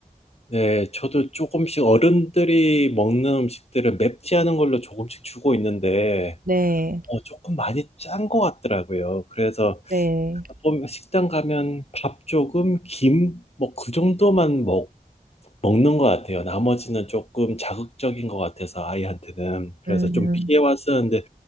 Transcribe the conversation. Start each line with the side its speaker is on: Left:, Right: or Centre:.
Left: 네, 저도 조금씩 어른들이 먹는 음식들을 맵지 않은 걸로 조금씩 주고 있는데
Right: 네,
Left: 어, 조금 많이 짠 것 같더라고요. 그래서
Right: 네,
Left: 보면 식당 가면 밥 조금, 김, 뭐 그 정도만 먹는 것 같아요. 나머지는 조금 자극적인 것 같아서 아이한테는. 그래서
Right: 음,
Left: 좀 피해 왔었는데